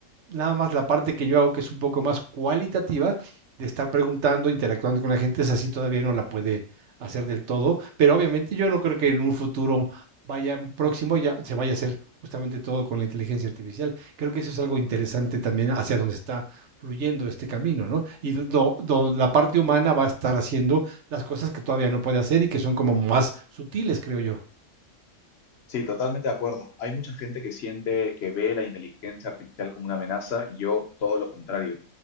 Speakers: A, on the right (about 65°); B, on the left (about 55°).
A: nada más la parte que yo hago, que es un poco más cualitativa, de estar preguntando, interactuando con la gente, es así todavía no la puede hacer del todo, pero obviamente yo no creo que en un futuro vaya próximo ya se vaya a hacer justamente todo con la inteligencia artificial. Creo que eso es algo interesante también hacia donde está fluyendo este camino, ¿no? Y do- do- la parte humana va a estar haciendo las cosas que todavía no puede hacer y que son como más sutiles, creo yo.
B: Sí, totalmente de acuerdo. Hay mucha gente que siente que ve la inteligencia artificial como una amenaza y yo todo lo contrario.